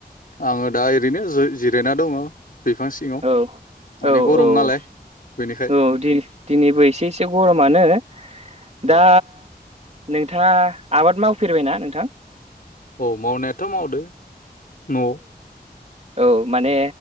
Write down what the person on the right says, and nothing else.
औ
औ
औ
औ दि दिनैबो एसे एसे गरमानो
दा नोंथांङा आबाद मावफेरबायना नोंथां
औ माने